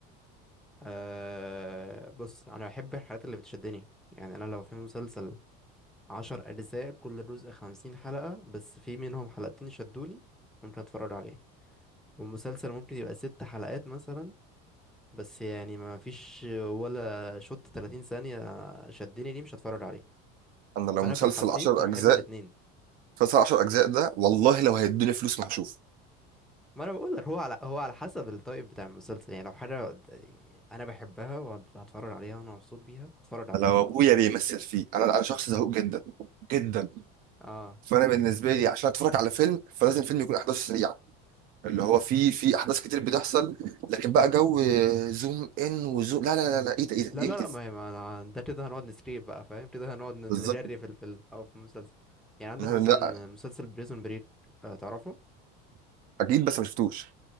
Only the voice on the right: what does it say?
انا لو
مسلسل
10
اجزاء
مسلسل 10 اجزاء ده والله لو هيدوني فلوس ما هشوفه
لو ابويا بيمثل فيه انا انا شخص زهوق جدا جدا
فانا بالنسبه لي عشان اتفرج على فيلم فلازم فيلم يكون احداثه سريعه اللي
هو فيه في احداث كتير بتحصل لكن بقى جو زوم ان وزوم لا لا لا لا ايه ده ايه ده
انجز
بالظبط
لا
لا،
اكيد بس ما شفتوش